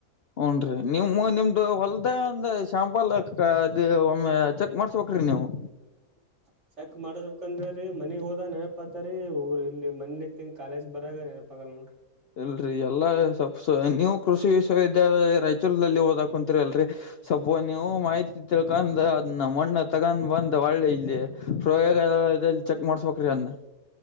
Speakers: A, on the left; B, on the right.
A: ಹುನ್ರೀ ನಿಮ್ಮು ನಿಮ್ದು ಹೊಲ್ದಂದ ಶಾಂಪಲ್ಲ್. ಕಾ ಅದ್ದ್ ಒಮ್ಮೆ ಚೆಕ್ ಮಾಡ್ಸಬೆಕ್ರೀ ನೀವು.
B: <inaudible> ಚಕ್ ಮಾಡಸ್ಬೇಕಂದಿವ್ರಿ ಮನಿಗ್ ಹೋದಾ ನೆನಪತರೀ ಊರ್ ಇಲ್ಲಿ ಮಣ್ಣೆತ್ತಿಂಗ ಕಾಲೆಜ್ ಬರಾಗ ನೆನಪ್ ಪಗಲ್ಕ.
A: ಇಲ್ರಿ ಎಲ್ಲಾ ಸಪ್ಸ ನೀವು ಕೃಷಿ ವಿಶ್ವವಿದ್ಯಾಲಯ ರಾಯಚೂರ್ಲಲ್ಲಿ ಓದಕ್ ಕುಂತ್ರಿ ಅಲ್ರಿ. ಸ್ವಪ್ಪು ನೀವು ಮಾಹಿ ತಿಳ್ಕಂದ್ ಅದ್ನ ಮಣ್ಣ ತಗನ್ ಬಂದ್ ಒಳ್ಳೆ ಇಲ್ಲಿ ಪ್ರಯೋಗಲಯದಲ್ಲಿ ಚೆಕ್ ಮಾಡ್ಸಬಕ್ರಿ ಅದ್ನ.